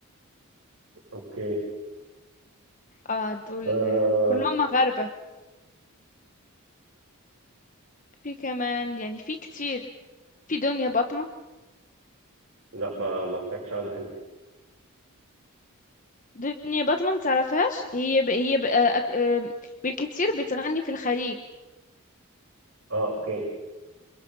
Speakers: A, on the right; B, on the left.
A: اوكي
B: اه دول
A: آه.
B: آه، كلهم مغاربة في كمان يعني في كتير في دنيا بطمة
A: لا ما ما سمعتش عنها دي
B: دنيا بطمة متعرفهاش هي ب... هي ب... آه، أك- آه، بالكتير بتغني في الخليج
A: اه اوكي